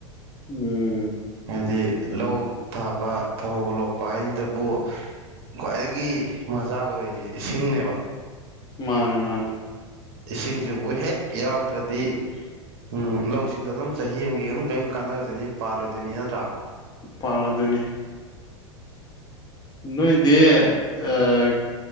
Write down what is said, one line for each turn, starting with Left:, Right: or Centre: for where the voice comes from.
Left: ꯎꯝ
Right: ꯍꯥꯏꯗꯤ ꯂꯧ ꯊꯥꯕ ꯐꯧ ꯂꯣꯛꯄ ꯍꯥꯏꯁꯤꯗꯕꯨ ꯈ꯭ꯋꯥꯏꯗꯒꯤ ꯃꯆꯥꯛ ꯑꯣꯏꯔꯤꯖꯦ ꯏꯁꯤꯡꯅꯦꯕ
Left: ꯃꯥꯅꯦ ꯃꯥꯅꯦ
Right: ꯏꯁꯤꯡꯁꯤꯕꯨ ꯍꯦꯛ ꯌꯥꯎꯗ꯭ꯔꯗꯤ ꯎꯝ ꯂꯧꯁꯤꯡꯗꯣ ꯗꯨꯝ ꯆꯍꯤ ꯑꯝꯒꯤ ꯗꯨꯝ ꯀꯩꯝ ꯀꯥꯟꯅꯗꯣꯏꯅꯤ ꯄꯥꯜꯂꯣꯏꯗꯣꯏꯅꯤ ꯅꯠꯇ꯭ꯔꯥ
Left: ꯄꯥꯜꯂꯗꯣꯏꯅꯤ ꯅꯣꯏꯗꯤ ꯑꯥ